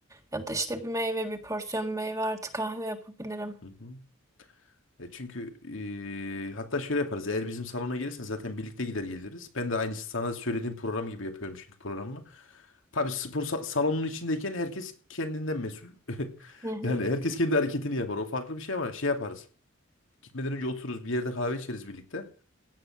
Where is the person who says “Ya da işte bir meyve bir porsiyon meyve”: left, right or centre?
Right